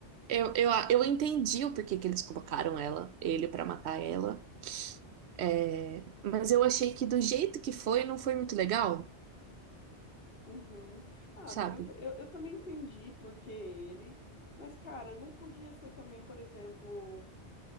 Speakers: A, on the right; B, on the left.
A: eu, eu, eu entendi o porquê que eles colocaram ela, ele pra matar ela. é, mas eu achei que do jeito que foi, não foi muito legal,
B: Uhum. Ah,
A: sabe?
B: amiga, eu, ta- eu, eu também entendi porque ele. Mas, cara, não podia ser também, por exemplo,